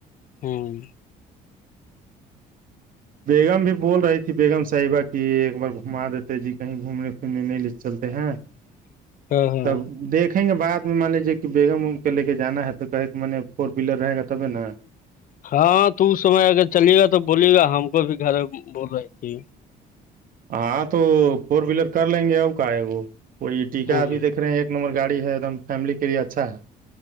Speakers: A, on the left (about 55°); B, on the right (about 55°).
A: ہوں
B: بیگم بھی بول رہی تھی بیگم صاحبہ کی ایک بار گھما دیتے جی کہیں گھومنے پھرنے نہیں لے چلتے ہیں
A: <inaudible> ہاں
B: تب دیکھ دکھیں گے بعد مان لیجیے کہ بیگم ام کے لے کے جانا ہے تو کہے کہ م نے فور ویلر رہ گا تبے ن
A: ہاں تو اس سمے اگر چلیے گا تو بولیے گا ہم کو بھی گھر بول رہی تھی
B: ہاں تو فور ویلر کر لیں گے ا کا ہے وہ وہی ٹیکا
A: ہوں
B: ابھی دیکھ ایک نمبر گاڑی ہے ایک دم فیملی کے لیے اچھا ہے